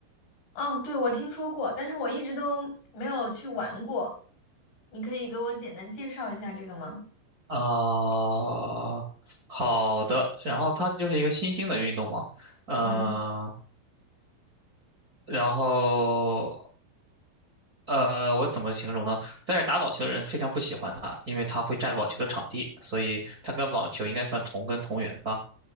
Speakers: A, on the left; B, on the right.
A: 哦，对，我听说过，但是我一直都没有去玩过。你可以给我简单介绍一下这个吗？
B: 啊。好的，然后它就是一个新兴的运动嘛，嗯、
A: 嗯
B: 然后呃，我怎么形容呢？但是打网球的人非常不喜欢它，因为它会占网球的场地，所以它跟网球应该算同根同源吧。